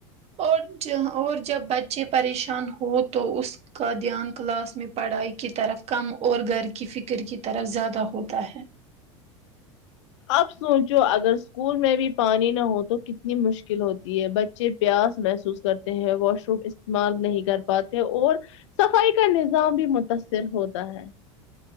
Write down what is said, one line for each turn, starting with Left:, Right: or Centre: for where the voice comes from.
Right: اور ج اور جب بچے پریشان ہو تو اس کا دھیان کلاس میں پڑھائی کی طرف کم اور گھر کی فکر کی طرف زیادہ ہوتا ہے
Left: اب سوچو اگر اسکول میں بھی پانی نہ ہو تو کتنی مشکل ہوتی ہے بچے پیاس محسوس کرتے ہیں واش روم استعمال نہیں کر پاتے اور صفائی کا نظام بھی متاثر ہوتا ہے